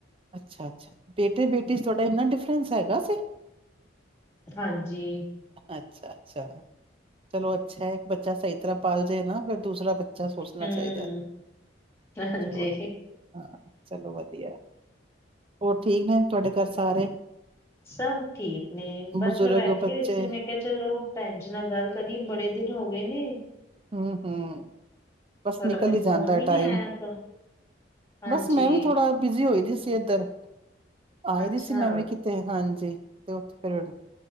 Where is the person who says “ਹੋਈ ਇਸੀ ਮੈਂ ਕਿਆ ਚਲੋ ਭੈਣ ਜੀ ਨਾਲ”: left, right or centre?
Left